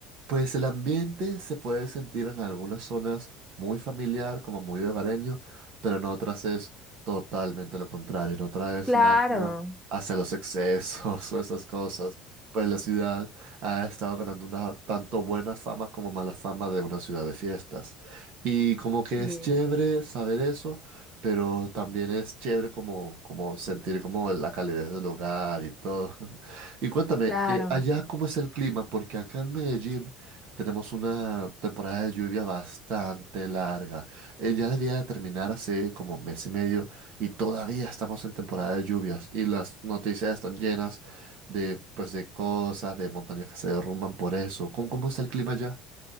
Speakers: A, on the right; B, in the centre.
A: pues el ambiente se puede sentir en algunas zonas muy familiar, como muy hogareño, pero en otras es totalmente lo contrario. En otras
B: claro,
A: es más como hacia los excesos <laughs> o esas cosas. Pues la ciudad ha estado ganando una tanto buena fama como mala fama de una ciudad de fiestas. Y como que
B: sí,
A: es chévere saber eso pero también es chévere como, como sentir como la calidez del hogar y todo. <laughs> Y cuéntame,
B: claro.
A: eh, allá cómo es el clima, porque acá en Medellín tenemos una temporada de lluvia bastante larga. Eh, ya debía de terminar hace como mes y medio y todavía estamos en temporada de lluvias y las noticias están llenas de, pues, de cosas, de montañas que se derrumban por eso. ¿Cómo, cómo está el clima allá?